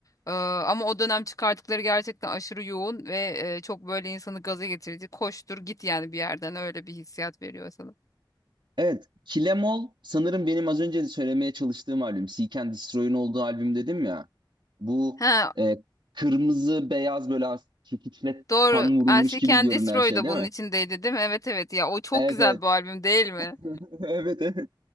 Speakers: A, on the left (about 40°); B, on the right (about 70°).
A: E, ama o dönem çıkarttıkları gerçekten aşırı yoğun ve e, çok böyle insanı gaza getirici. Koştur git yani bir yerden öyle bir hissiyat veriyor sana.
B: Evet. Kilemol sanırım benim az önce de söylemeye çalıştığım albüm. Seek and Destroy'un olduğu albüm dedim ya. Bu
A: He
B: e, kırmızı beyaz böyle as- çekiçle
A: Doğru.
B: kan vurulmuş gibi
A: I Can
B: görünen
A: Destroy
B: şey
A: da
B: değil
A: bunun
B: mi?
A: içindeydi değil mi? Evet evet ya o çok
B: Evet
A: güzel
B: evet.
A: bir albüm değil mi?
B: <laughs> Evet evet.